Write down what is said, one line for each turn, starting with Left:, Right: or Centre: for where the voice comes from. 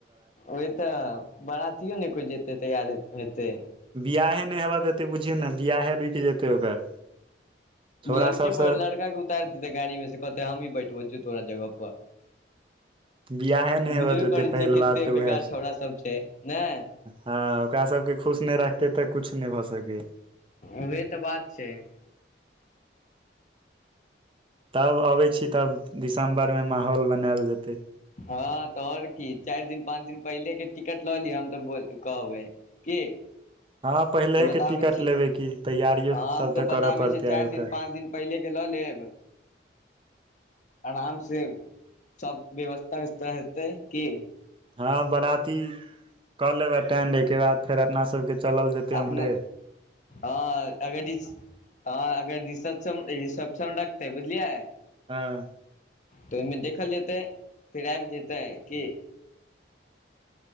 Left: ओह तऽ बरातियो ने कोइ जाय ल तैयार हेतय
Right: बिआाहे नहि हेवा देतै बुझियौ ने बियाहे रूक जेतय ओकर छौड़ा
Left: लड़केँ
Right: सबसँ
Left: पर लड़काे उतारि देतै गाड़ी मे से कहते हमही बैठबो छौ तोरा जगह पर
Right: बिआहे नहि हेबय
Left: बुझबे
Right: देते
Left: करै
Right: पहिल
Left: छियै कते
Right: बात तऽ
Left: बेकार
Right: उएह छैक
Left: छौड़ा सब छै नहि
Right: हँ ओकरा सबकेँ खुश नहि रखते तऽ कछु नहि भऽ सकैत अछि
Left: ओहे तऽ बात छैक
Right: तब अबै छी तब दिसम्बर मे माहौल बनायल जेतै
Left: हँ तऽ आओर की चारि दिन पाँच दिन पहिले के टिकट लऽ ली हम तऽो कहबै क
Right: हँ पहिलेके
Left: तऽ बताबय
Right: टिकट
Left: छी
Right: लेबै की तैयारियो
Left: ह हम
Right: सब
Left: तऽ
Right: करऽ
Left: बताबय
Right: पड़तै
Left: छी चारि
Right: आबि
Left: दिन
Right: कऽ
Left: पाँच दिन पहिले केँ लऽ लेब आराम से सब व्यवस्था वस्था हेतय कि
Right: हँ बराती कऽ लेब अटेंड एहिकेँ बाद फेर अपना सबकेँ ल जेतै हमरे
Left: अपना हँ अगर ह रिसेप्शन रखतै बुझलियै
Right: हँ
Left: तऽ ओहिमे देखल जेतय फेर आबि जेतय कि